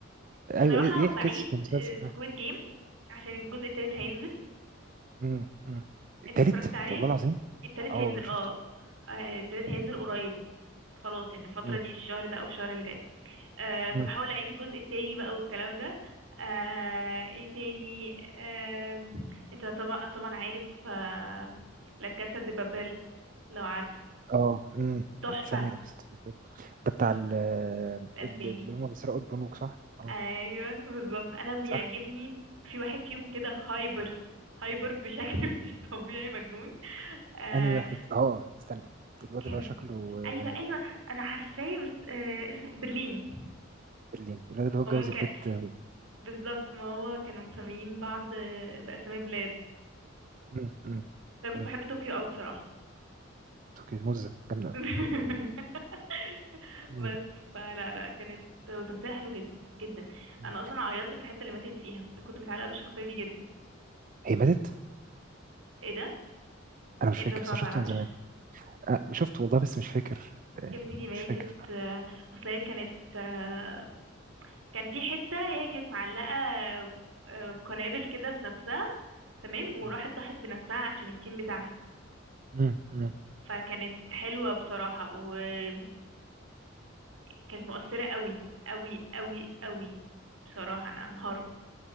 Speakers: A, on the right; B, on the right.
A: بصراحة
B: ايوه ايه إيه
A: بعيد
B: قصه المسلسل ده
A: سكويد جيم عشان الجزء التالت هينزل
B: مم. مم. التالت
A: انت اتفرجت عليه
B: والله العظيم
A: التالت
B: اه
A: هينزل
B: شفته
A: اه آه، التالت هينزل قريب خلاص يعني الفترة
B: مم.
A: دي الشهر ده او الشهر اللي جاي آه، فبحاول
B: مم.
A: اعيد الجزء التاني بقى والكلام ده آه، ايه تاني آم، انت طبعا طبعا عارف آه، لا كاسا دي بابل لو عارف
B: اه امم
A: تحفة
B: ثانيه لا قصه الفيلم. ده بتاع
A: تحفة
B: ال-
A: الاسباني
B: ال- اللي هم بيسرقوا البنوك صح اه
A: ايوه بالظبط انا بيعجبني
B: صح
A: في واحد فيهم كده هايبر هايبر بشكل <laughs> مش طبيعي مجنون آه
B: انهي واحد اه استني الواد
A: كان
B: اللي هو شكله
A: ايوه
B: آه،
A: ايوه انا عارفاه بس آه اسمه برلين
B: برلين الواد اللي هو اتجوز
A: ماما كان
B: البت هو
A: بالظبط ما هو كانوا مسميين بعض آه، باسامي بلاد
B: مم. مم.
A: فانا كنت
B: مم.
A: بحب طوكيو قوي بصراحه
B: توكي موزة جامدة أوي.
A: <laughs>
B: مم.
A: بس فلا لا كانت وتمثيلها حلو جدا جدا
B: مم.
A: انا اصلا عيطت في الحته اللي ماتت فيها انا كنت متعلقه بالشخصيه دي جدا
B: هي ماتت؟
A: ايه ده
B: أنا مش
A: ايه
B: فاكر
A: ده انت
B: بس
A: ما
B: أنا
A: تعرفش
B: شفته من زمان أه شفته والله بس مش فاكر آه،
A: يا ابني دي ماتت
B: مش فاكر
A: آه، اصل هي كانت آه، كان في حتة هي كانت معلقة آه، قنابل كده في نفسها تمام وراحت
B: مم.
A: ضحت بنفسها عشان التيم بتاعها
B: مم. مم.
A: فكانت حلوة بصراحة ويعني كانت مؤثرة قوي قوي قوي قوي بصراحة انا انهارت